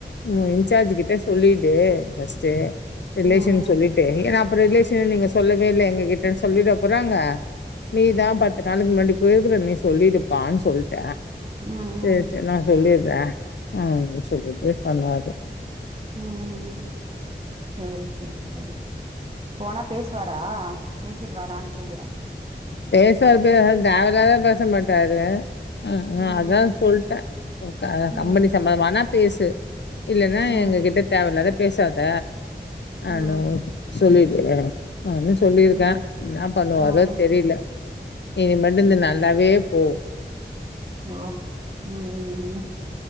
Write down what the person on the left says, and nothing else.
ம் இன்சார்ஜிக்கிட்ட சொல்லி டே ஃபஸ்ட்டு ரிலேஷன்
சொல்லிட்டே <unintelligible> இப்போ ரிலேஷன் நீங்க சொல்லவே இல்ல எங்கக்கிட்ட சொல்லிட போறாங்க நீதா பத்து நாளுக்கு முன்னாடி பேதுல நீ சொல்லிடுப்பான்னு சொல்ட்டே
சரி
சரி நான் சொல்லிரே வே அலோ சொல்லிட்டு சொன்னாரு
பேசதாதெவலாதா பேச மாட்டாரு அ
அதா சொல்ட்டே க
கம்பெனி சம்பந்மானா பேசு இல்லன்னா
எங்கக்கிட்ட தேவல்லாத பேசாத
அலோ சொல்லி ஏயா அதா சொல்லிருக்கே
என்ன வரோ
தெரியல இனி
மட்டு இந்த நல்லாவே கே போ